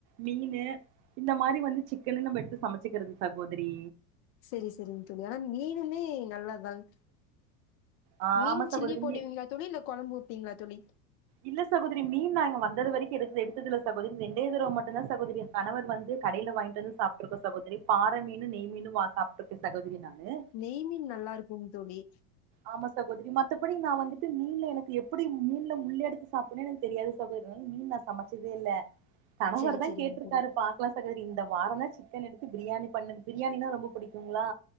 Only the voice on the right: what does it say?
மீனு இந்த மாதிரி வந்து சிக்கன எடுத்து சமைச்சுக்கிறது சகோதரி
ஆ
ஆமா
சகோதரி
மீ
இல்ல சகோதரி மீன் நாங்க வந்தது வரைக்கோ எடுக்கல எடுத்ததில்ல சகோதரி ரெண்டே ரெண்டு தடவ மட்டுந்தா சகோதரி கணவர் வந்து கடையில வாங்கிட்டு வந்து சாப்பிட்றது சகோதரி பாற மீன் நெய் மீன் வா சாப் சகோதரி நானூ
ஆமா சகோதிரி மத்தபடி நா வந்துட்டு மீன்ல எனக்கு எப்புடி மீன்ல முள்ள எடுத்து சாப்புட்னே எனக்கு தெரியாது சகோத்ரி மீன் நா சமச்சதே இல்ல கணவர்
தா
கேட்ருக்காரு
பாக்கலா சி சகோதிரி இந்த வாரொந் தா சிக்கன் எடுத்து பிரியாணி பண்ணுது பிரியாணினா ரொம்ப புடிக்குங்ளா